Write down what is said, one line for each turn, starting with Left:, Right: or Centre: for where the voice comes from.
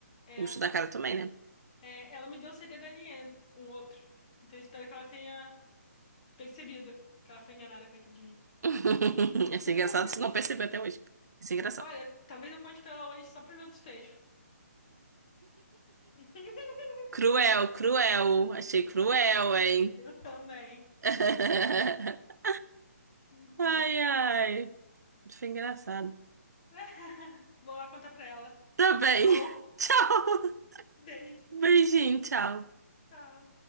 Left: É.
Right: o Gosto da cara também, né?
Left: É, ela me deu o CD do Alien, um outro. Então eu espero que ela tenha percebido que ela foi enganada, coitadinha.
Right: <laughs> Ia
Left: <laughs>
Right: engraçado se não perceber até hoje. Ia ser engraçado.
Left: Olha, talvez eu conte pra ela hoje só pra ver o desfecho. <laughs>
Right: Cruel, cruel. Achei cruel, hein?
Left: Eu também.
Right: <laughs>
Left: Então
Right: Ai,
Left: tá.
Right: ai. Isso foi engraçado.
Left: <laughs> Vou lá contar pra ela.
Right: Tá bem.
Left: Tchau.
Right: <laughs> Tchau.
Left: Beijo.
Right: Beijinho, tchau.
Left: Tchau.